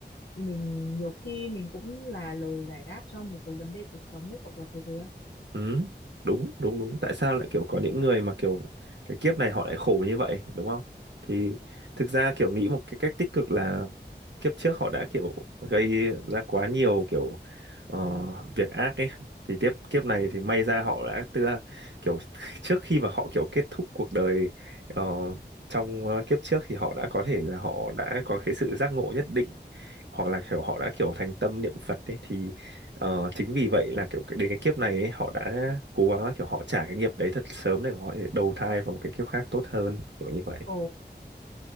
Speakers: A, on the left; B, on the right.
A: mình nhiều khi mình cũng là lời giải đáp cho một số vấn đề cuộc sống đấy cậu có thấy thế không
B: ừ, đúng đúng đúng tại sao lại kiểu có những người mà kiểu cái kiếp này họ lại khổ như vậy đúng không thì thực ra kiểu nghĩ một cái cách tích cực là kiếp trước họ đã kiểu gây ra quá nhiều kiểu ờ, việc ác ấy thì tiếp kiếp này thì may ra họ đã tức là kiểu <laughs> trước khi mà họ kiểu kết thúc cuộc đời ờ, trong ờ, kiếp trước thì họ đã có thể là họ đã có cái sự giác ngộ nhất định hoặc là kiểu họ đã kiểu thành tâm niệm Phật ấy thì ờ, chính vì vậy là kiểu cái- đến cái kiếp này ấy, họ đã cố gắng là kiểu họ trả cái nghiệp đấy thật sớm để họ đầu thai vào một cái kiếp khác tốt hơn kiểu như vậy
A: ồ